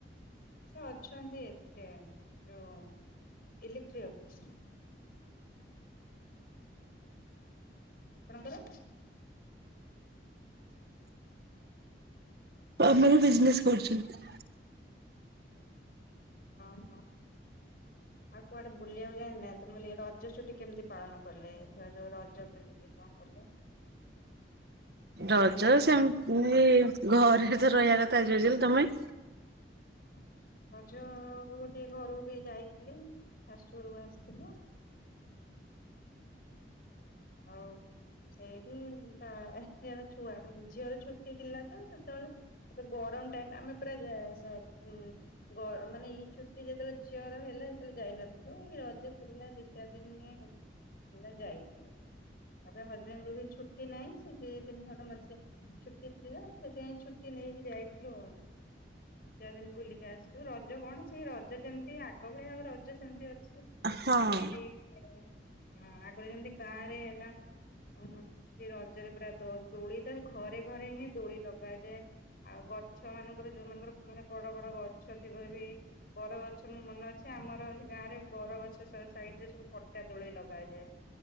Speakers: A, on the left; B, on the right.
A: ସେ ଅଛନ୍ତି ଏଥିରେ, ଯୋଉ ଇଲେକ୍ଟ୍ରି ଅଫିସ୍ ରେ। ଆପଣଙ୍କର
B: ଆମର ବିଜନେସ୍ କରୁଛନ୍ତି।
A: ଅ ହଁ। ଆଉ କୁଆଡ଼େ ବୁଲିବାକୁ ଯାଇନାହାନ୍ତି? ମୁଁ କହିଲି ରଜ କେମିତି ପାଳନ କଲେ? ଏଥର ଯୋଉ ରଜ କେମିତି କଣ କଲେ?
B: ରଜ ସେମତି, ଘରେ ତ ରହିବା କଥା ଯିଏ ଯେମିତି। ତମେ?
A: <inaudible> ରଜ ଘର କୁ ଟିକେ ଘରକୁ ବି ଯାଇଥିଲି। ଶାଶୁ ଘରକୁ ଆସିଥିଲୁ। ହଉ। ସେଇଠି ତା <unintelligible> ଛୁଆଟେ, ଝିଅର ଛୁଟି ଥିଲା ତ ସେତେବେଳେ ଆରେ ଗରମ ଟାଇମ୍ ଆମେ ପୁରା। <unintelligible> ଗ ମାନେ, ଏଇ ଛୁଟି ଯେତେବେଳେ ଝିଅର ହେଲା ସେତେବେଳେ ଯାଇନଥିଲୁ। ଏ ରଜ ଥିଲା ଦି ଚାରି ଦିନି ଆଉ। ହେରା ଯାଇଥିଲେ। ତାପରେ ହଜବେଣ୍ଡକୁ ବି ଛୁଟି ନାହିଁ। ସେ ଦି ଦିନି ଖଣ୍ଡେ ମଝିରେ ଛୁଟି ଥିଲା, ସେଥିପାଇଁ ଛୁଟି ନେଇକି ଯାଇଥିଲୁ ଆଉ। ଦୁଇ ଚାରି ଦିନି ବୁଲିକି ଆସିଲୁ। ରଜ କଣ, ସେଇ ରଜ ଯେମିତି ଆଗ ଭଳିଆ ଆଉ ରଜ ସେମିତି ଅଛି।
B: ହଁ
A: <unintelligible> ହଁ ଆଗରୁ ଯେମିତି ଗାଁରେ ହେଲା ଅ ହଁ। ଏ ରଜରେ, ପୁରା ଦୋ ଦୋଳି ତ ଘରେ ଘରେ ହିଁ ଦୋଳି ଲଗାଯାଏ। ଆଉ ଗଛ ମାନଙ୍କରେ ଯୋଉମାନଙ୍କର ମାନେ ବଡ ବଡ ଗଛ ଥିବ ବି ବର ଗଛ ମୋର ମନେ ଅଛି, ଆମର ହେ ଗାଁରେ ବରଗଛ ସାଇଟ୍ ରେ ସବୁ ପଟା ଦୋଳି ଲଗାଯାଏ।